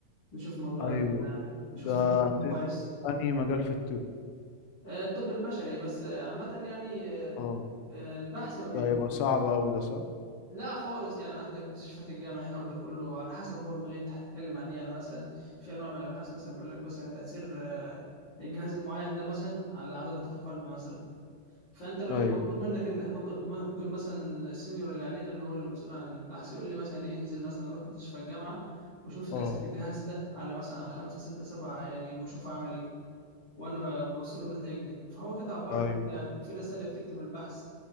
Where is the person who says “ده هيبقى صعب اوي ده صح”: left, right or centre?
Left